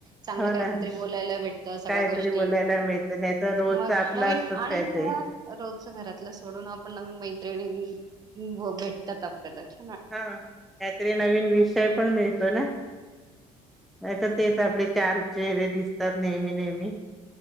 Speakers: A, on the right; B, in the centre.
A: चांगलं
B: हो
A: काहीतरी
B: ना
A: बोलायला भेटतं सगळ्या
B: काहीतरी
A: गोष्टी
B: बोलायला मिळतं नाही तर रोजच
A: मग
B: आपलं
A: नवीन
B: असतच
A: आणि
B: काहीतरी
A: म रोज घरातलं सोडून आपण नवीन मैत्रिणी भेटतात आप चछ
B: हा त्यातरी नवीन विषय पण मिळतो ना नाही तर तेच आपले चार चेहरे दिसतात नेहमी नेहमी